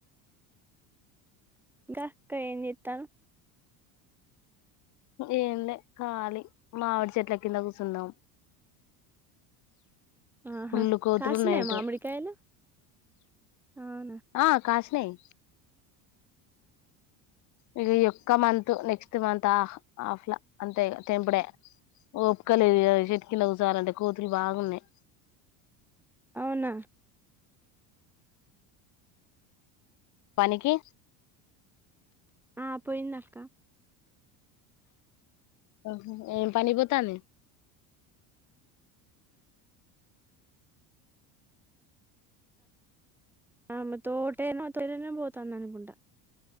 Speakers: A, in the centre; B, on the left (about 45°).
A: ఇంకా ఇంకా ఏం చేన్నారు
B: ఏం లే కాలి మావిడి చెట్ల కింద కూర్చుందాం.
A: ఆహా
B: ఫుల్లు కోతులు
A: కాశినయా
B: ఉన్నాయి ఇటు
A: మామిడికాయలు అవునా.
B: ఆ కాసినాయి ఇక ఈ ఒక్క మంత్ నెక్స్ట్ మంత్ ఆఫ్ ఆఫ్లా అంతే తెంపుడే ఉపకలు చెతికి న కూసాలంటే కూతులు బాగున్నాయి.
A: అవునా
B: పనికి
A: ఆ పోయిందక్క
B: హ ఏం పనికి పోతుంది
A: ఆ మ తటేట పోతాన్న అనికుంట.